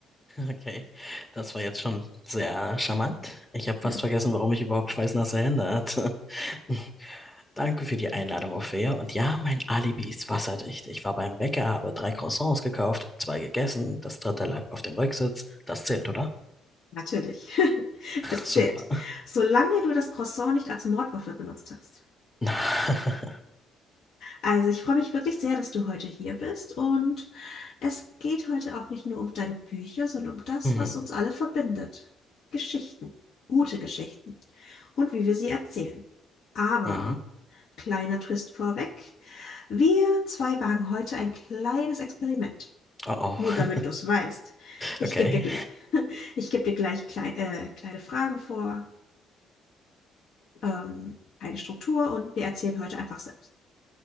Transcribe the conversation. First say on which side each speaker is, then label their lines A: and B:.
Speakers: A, on the left; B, on the left.
A: Okay, das war jetzt schon sehr charmant. Ich habe fast
B: Hm,
A: vergessen, warum ich überhaupt schweißnasse Hände hatte. <laughs> Danke für die Einladung, Ophäa. Und ja, mein Alibi ist wasserdicht. Ich war beim Bäcker, habe drei Croissants gekauft, zwei gegessen, das dritte lag auf dem Rücksitz. Das zählt, oder?
B: natürlich. <laughs> Es
A: Super.
B: zählt. Solange du das Croissant nicht als Mordwaffe benutzt hast.
A: <laughs>
B: Also ich freue mich wirklich sehr, dass du heute hier bist und es geht heute auch nicht nur um deine Bücher, sondern um das,
A: Mhm,
B: was uns alle verbindet. Geschichten, gute Geschichten und wie wir sie erzählen. Aber,
A: mhm.
B: kleiner Twist vorweg, wir zwei wagen heute ein kleines Experiment.
A: Oh, oh.
B: Nur damit du es weißt. Ich
A: Okay.
B: gebe dir, gl- <laughs> ich geb dir gleich klei äh, kleine Fragen vor, ähm, eine Struktur und wir erzählen heute einfach selbst.